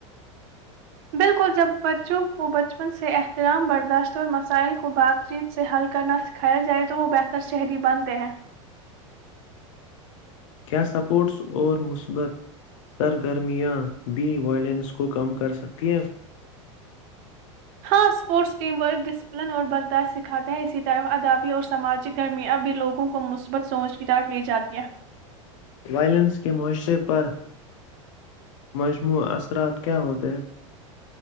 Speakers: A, on the right; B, on the left.
A: بالکل جب بچوں کو بچپن سے اترام برداشت اور مسائل کو بات چیت سے حل کرنا سکھایا جائے تو وہ بہتر نہ شہری بنتے ہیں
B: کیا سپورٹس اور مثبت سرگرمیاں بھی وائلنس کو کم کرسکتی ہیں
A: ہاں اسپورٹس ٹیم ورک ڈسپلن اور برداشت سکھاتے ہیں اسی طرح ادبی اور سماجی گرمیاں بھی لوگوں کو مثبت سوچ کی طرف لی جاتی ہیں
B: وائلنس کے معاشرے پر مجموع اثرات کیا ہوتے ہیں